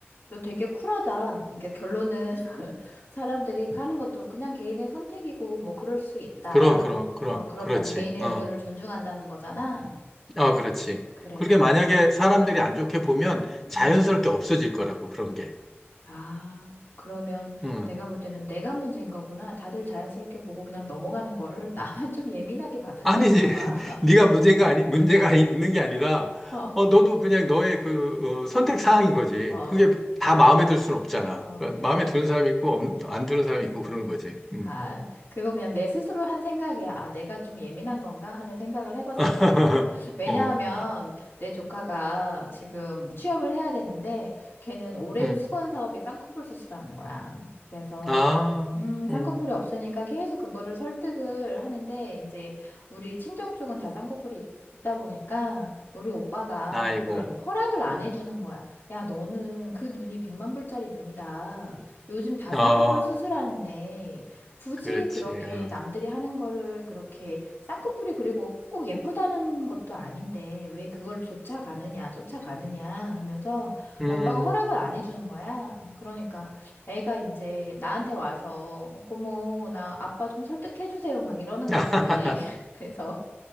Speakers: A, on the left (about 60°); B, in the centre.
A: 너 되게 쿨하다. 그러니까 결론은 <laughs> 사람들이 하는
B: 음.
A: 것도 그냥 개인의 선택이고 뭐 그럴 수 있다.
B: 그럼, 그럼, 그럼,
A: 어, 그렇다는
B: 그렇지.
A: 개인의
B: 어,
A: 의견을 존중한다는 거잖아.
B: 어, 그렇지.
A: 그래.
B: 그게 렇 만약에 사람들이
A: 음.
B: 안 좋게 보면
A: 음.
B: 자연스럽게 없어질 거라고, 그런 게.
A: 아, 그러면
B: 음.
A: 내가 볼 때는 내가 문제인 거구나. 다들 자연스럽게 보고 그냥 넘어가는 거를 나만 좀 예민하게 받아들였나
B: 아니지.
A: 봐.
B: <laughs> 네가 문제가 아니, 문제가 아니- 있는 게 아니라,
A: <laughs>
B: 어, 너도 그냥 너의 그, 어, 선택 사항인 거지.
A: 어,
B: 그게 다 마음에 들 수는 없잖아.
A: 어.
B: 그러니까 마음에 드는 사람이 있고, 없- 안 드는 사람이 있고, 그런 거지. 음.
A: 아, 그거 그냥 내 스스로 한 생각이야. 아, 내가 좀 예민한 건가 하는 생각을 해봤어.
B: <laughs>
A: 그, 왜냐하면
B: 어,
A: 내 조카가 지금 취업을 해야 되는데 걔는 오랜
B: 음,
A: 수건 사업이 쌍꺼풀 수술하는 거야. 그래서
B: 아,
A: 음, 쌍꺼풀이
B: 음,
A: 없으니까 계속 그거를 설득을 하는데 이제 우리 친정 쪽은 다 쌍꺼풀이 있- 있다 보니까 우리 오빠가
B: 아이고,
A: 그 허락을 안 해주는 거야. 야, 너는 그 눈이 백만 불짜리 눈이다. 요즘 다
B: 어,
A: 쌍꺼풀
B: 어,
A: 수술하는데 굳이
B: 그렇지,
A: 그렇게
B: 응,
A: 남들이 하는 거를 그렇게 쌍꺼풀이 그리고 꼭 예쁘다는 것도 아닌데 왜 그걸 쫓아가느냐, 쫓아가느냐 하면서
B: 음,
A: 오빠가 허락을 안 해주는 거야. 그러니까 애가 이제 나한테 와서 고모, 나 아빠 좀 설득해주세요 막 이러는
B: <laughs>
A: 거지. <laughs> 그래서